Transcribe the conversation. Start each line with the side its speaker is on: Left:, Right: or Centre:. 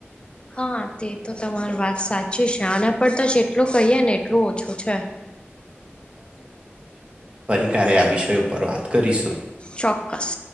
Left: હા તે તો તમારી વાત સાચી છે. આના પર તો જેટલું કહીએ ને એટલું ઓછું છે.
Right: ત્યારે આ વિષય ઉપર વાત કરીશું.
Left: ચોક્કસ